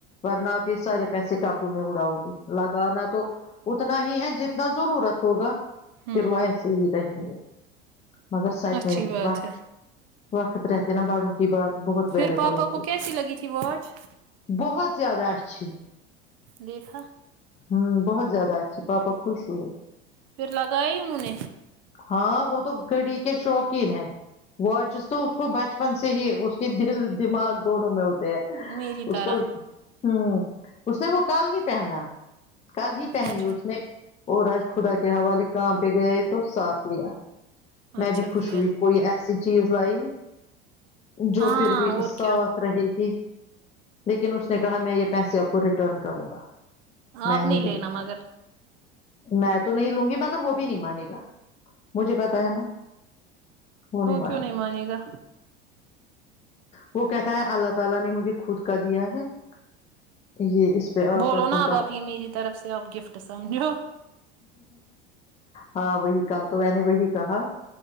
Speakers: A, on the left (about 25°); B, on the right (about 60°).
A: ورنپ پ سار پیسے قابووں میں اڑاؤ لگانا تو اتنا ہی ہے جتنا ضرورت ہوگا
B: ہوں
A: شروع ایسے ہی رہیں گے مگر سچ
B: اچھی
A: میں
B: بات
A: وق
B: ہے
A: وقت رہتے نہا باڑو بات بہت
B: پھر
A: ویلیبل
B: پاپا
A: ہوتی
B: کو کیسی لگی تھی واچ
A: بہت زیادہ اچھی
B: دیکھا
A: ہوں بہت زیادہ پاپا خوش ہوئے
B: پھر لگا ہی اننہوں نے
A: ہاں وہ تو گھڑی شوقین ہے واچز تو اس کو بچپن سے ہی اس کی دل دماغ دونوں میں ہوتی
B: میری
A: اس
B: طرح
A: کو ہ اس نے وہ کال ہی پہناا کل ہی پہنی
B: اچھا
A: اس نے اور آج خدا کے حوالے کام پہ گئے تو ساتھ لیا میں
B: اچھا
A: بھی خوش
B: کیا
A: ہوئی کوئی ایسی چیز لائی جو
B: ہاں
A: پھر بھی
B: اور
A: صاف
B: کیا
A: رہے گی لیکن اس نے کہا میں یہ پیسے آپ کو ریٹرن کروں گا
B: آپ
A: میں
B: نہیں لینا
A: لوں
B: مگر
A: گا میں تو نہیں لوں گی مگر وہ بھی نہیں مانے گا مجھے پتا ہے نا وہ نہیں معانتا
B: کیوں مانے گا
A: وہ کہتا ہے <unintelligible> اس پہ
B: بولو
A: بچوں
B: نا اب
A: کا
B: آپ یہ میری طرف سے آپ گفٹ سمجھو
A: ہاں وہی کل تو میں نے وہی کہا